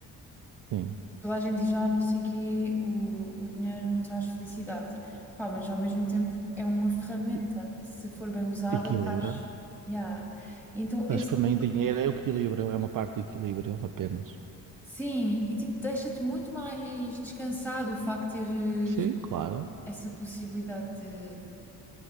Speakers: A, on the right; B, in the centre.
A: sim.
B: Toda a gente diz, ah, não sei que o, o dinheiro não traz felicidade. Pá, mas ao mesmo tempo é uma ferramenta,
A: E-
B: se for bem usada.
A: Equilibra.
B: tra- Yeah. Então,
A: Mas
B: esse.
A: para mim,
B: é um
A: dinheiro é o equilíbrio, é uma parte do equilíbrio apenas.
B: Sim, e tipo, deixa-te muito mais descansado o facto de teres
A: Sim, claro.
B: essa possibilidade de.